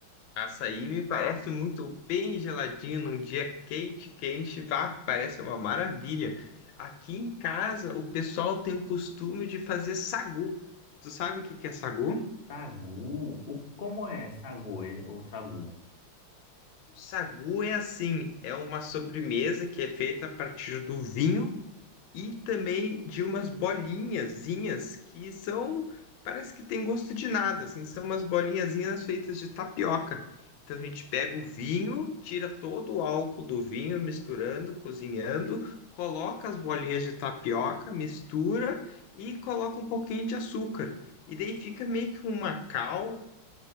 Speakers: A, on the left (about 75°); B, on the left (about 60°).
A: Açaí me parece muito bem geladinho num dia quente, quente, vá, parece uma maravilha. Aqui em casa, o pessoal tem o costume de fazer sagu. Tu sabe o que que é sagu?
B: Sagu? O, como é sagu, e- o sagu?
A: O sagu é assim, é uma sobremesa que é feita a partir do vinho e também de umas bolinhazinhas que são, parece que tem gosto de nada, assim, são umas bolinhazinhas feitas de tapioca. Então a gente pega o vinho, tira todo o álcool do vinho, misturando, cozinhando, coloca as bolinhas de tapioca, mistura e coloca um pouquinho de açúcar. E daí fica meio que uma calda